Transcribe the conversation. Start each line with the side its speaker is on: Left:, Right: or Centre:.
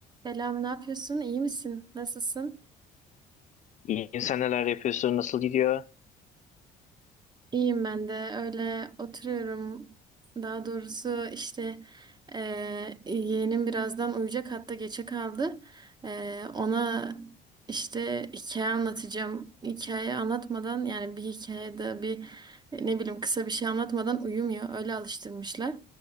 Right: Selam, ne yapıyorsun? İyi misin? Nasılsın?
Left: İyiyim sen neler yapıyorsun nasıl gidiyor?
Right: İyiyim ben de. Öyle oturuyorum. Daha doğrusu işte eee yeğenim birazdan uyuyacak hatta geçe kaldı. Eee, ona işte hikaye anlatacağım. Hikaye anlatmadan yani bir hikayede bir e, ne bileyim kısa bir şey anlatmadan uyumuyor. Öyle alıştırmışlar.